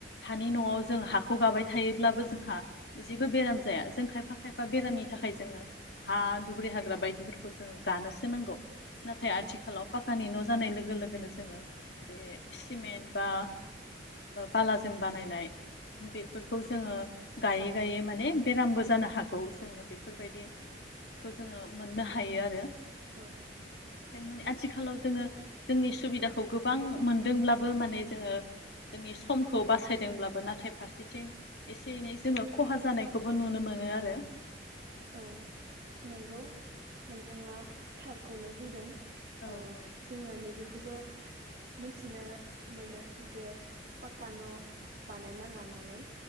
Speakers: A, on the left; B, on the right.
A: हानि न'आव जों हाखौ गाबाय थायोब्लाबो जोंहा जेबो बेराम जाया जों खायफा खायफा बेरामनि। थाखाय जोङो हा, दुब्रि हाग्रा बायदिफोरखौ जोङो गानोसो नांगौ। नाथाय आथिखालाव
B: ओं
A: पाक्कनि न'। जानाय लोगो लोगोनो जोङो बे सिमेन्ट बा। बालाजों बानायनाय। बेफोरखौ जोङो गायै गायै माने बेरामबो जानो हागौ जोङो बेफोरबायदि खौ जोङो मोननो हायो आरो।
B: औ।
A: माने आथिखालाव जोङो जोंनि सुबिदाखौ गोबां मोनदोंब्लाबो माने जोङो। जोंनि समखौ बासायदोंब्लाबो नाथाय फारसेथिं एसे एनै जोङो खहा जानायखौबो नुनो मोनो। आरो।
B: औ नंगौ नोंथाङा थारखौनो बुंदों।
A: औ
B: ओ
A: औ
B: जोङो नैबेखौबो। मोनथिनो मोनो जे पाक्का न'। बानायना लानानै।